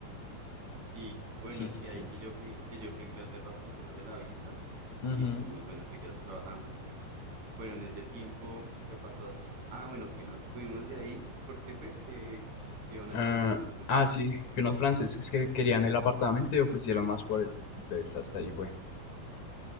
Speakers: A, on the right (about 50°); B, on the left (about 55°).
A: Sí, bueno,
B: Sí,
A: sí,
B: sí, sí.
A: ahí que yo fui, que yo fui a Inglaterra por temas de la visa
B: Ujú.
A: y tú, bueno, seguías trabajando. Bueno, en ese tiempo, ¿qué pasó así? Ah, bueno, que nos fuimos de ahí, porque fue que, que iban a
B: Ah,
A: llegar unos franceses,
B: ah,
A: ¿no?
B: sí, que unos franceses que querían el apartamento y ofrecieron más por él. Entonces, hasta ahí fue.